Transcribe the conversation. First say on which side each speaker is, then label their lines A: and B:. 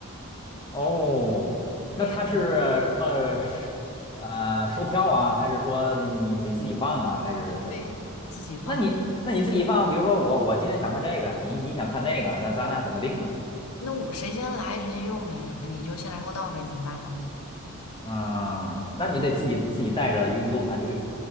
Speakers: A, on the left; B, on the left.
A: 哦，那它是什么是呃售票啊，
B: 配的
A: 还是说你你你自己放啊，还是还是什么？
B: 免费自己放。
A: 那你那你自己放，比如说我我今天想看这个，你你想看那个，那咱俩怎么定呢？
B: 那我谁先来谁先用呗，那你就先来后到呗，你怎么办呢？
A: 啊，那你得自己自己带着 U U 盘去，